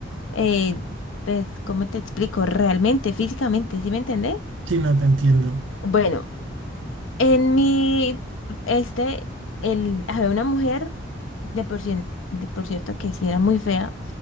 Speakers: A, on the left; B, on the right.
A: eh, pues, ¿cómo te explico? Realmente, físicamente, ¿sí me entendés?
B: Sí, no te entiendo.
A: Bueno, en mi, este, el, había una mujer, de por, cien- de por cierto, que sí era muy fea,